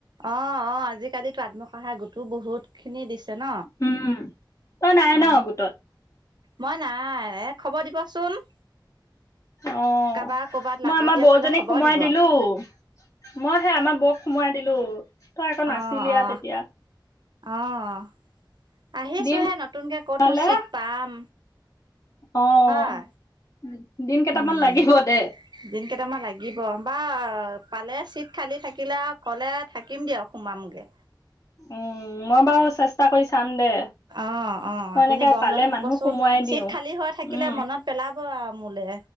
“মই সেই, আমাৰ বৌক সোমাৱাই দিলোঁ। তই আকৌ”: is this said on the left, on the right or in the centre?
Left